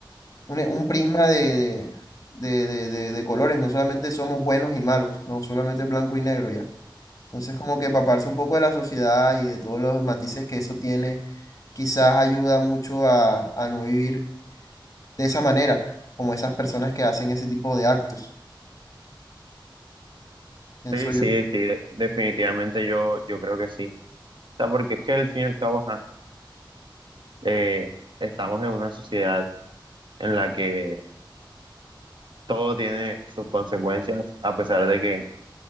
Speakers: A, on the left; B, on the right.
A: un, un prisma de, de, de, de, de de colores, no solamente somos buenos y malos, no solamente blanco y negro ya. Entonces como que empaparse un poco de la sociedad y de todos los matices que eso tiene, quizás ayuda mucho a, a no vivir de esa manera, como esas personas que hacen ese tipo de actos, pienso
B: Sí, sí,
A: yo.
B: sí, de- definitivamente yo, yo creo que sí. O sea, porque es que al fin y al cabo, ajá, eh, estamos en una sociedad en la que todo tiene sus consecuencias, a pesar de que